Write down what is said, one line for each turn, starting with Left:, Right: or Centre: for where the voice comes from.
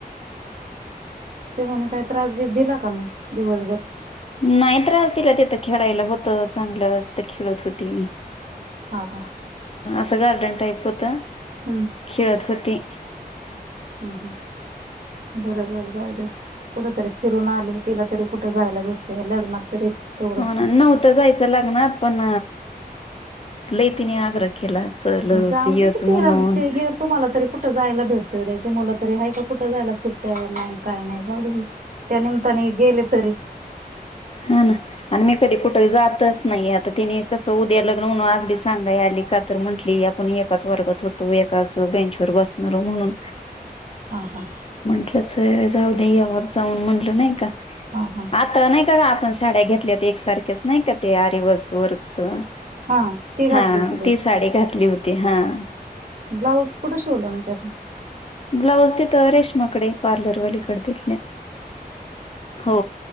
Right: चिमुनी काही त्रास बिस दिला का मग दिवसभर
Left: नाही ञास दिला तिथं खेळायला होत चांगलं तिथं खेळत होती.
Right: हा हा.
Left: असं गार्डन टाईप होत
Right: हम्म
Left: खेळत होती.
Right: हम्म बरं झालं जाऊ दे कुठतरी फिरून आले. तिला तरी कुठं जायला भेटतं लग्नात तरी तेवढंच
Left: हो ना नव्हत जायचं लग्नात पण लई तीने आग्रह केला. चल
Right: पण जाऊ
Left: यच
Right: दे की
Left: म्हणून
Right: ते हे तुम्हाला तरी कुठं कुठं जायला भेटतं त्याची मुला तरी आहे का कुठं जायला सुट्टया नाही काय नाही जाऊ दे त्या निमित्ताने गेले तरी
Left: हा ना आणि मी कधी कुठे जातच नाही आता तिने कसं उद्या लग्न म्हणून आज बी सांगायला आली का तर म्हंटली आपण एकाच वर्गात होतो एकाच बेंचवर बसणारो म्हणून
Right: हा हा.
Left: जाऊ दे यावत जाऊन म्हटलं नाही का?
Right: हा हा
Left: आता नाही कात आपण साड्या घेतल्यात एकसारख्याच नाही का ते आरीवर्क-वर्कचं.
Right: हा ती घातली
Left: हां,
Right: होती
Left: ती साडी घातली होती. हां.
Right: ब्लाऊज कुटे शिवलं म त्याचं?
Left: ब्लाऊज तिथं रेश्माकडे, पार्लरवालीकडे तिथल्या. हो.